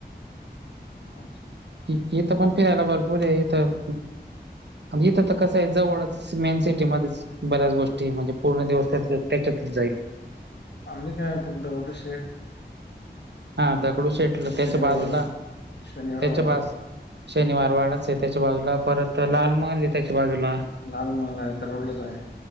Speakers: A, on the left; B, on the right.
A: अच्छा.
B: इथं पण फिरायला भरपूर आहे इथं. इथं तर कसं आहे जवळच मेन सिटीमध्येध्येच. बऱ्याच गोष्टी म्हणजे पूर्ण दिवस त्या त्याच्यातच जाईल.
A: अंबिकायं पद्द गोड शेट
B: हा दगडू शेटलं
A: शनिवारवाडा
B: त्याच्या बाजूला
A: शनिवारवाडा
B: त्याच बास. शनिवार वाडाच आहे त्याच्या बाजूला परत लाल माली त्याच्या बाजूला
A: लाल महाल आहे त्या रोडलाच आहे